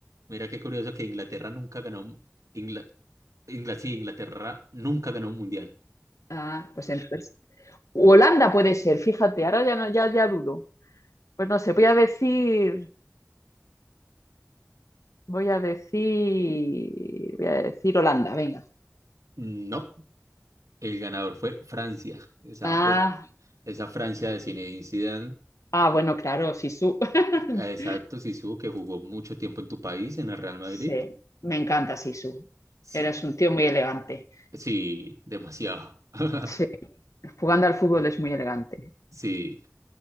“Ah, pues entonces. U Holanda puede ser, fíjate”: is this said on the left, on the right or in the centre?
Left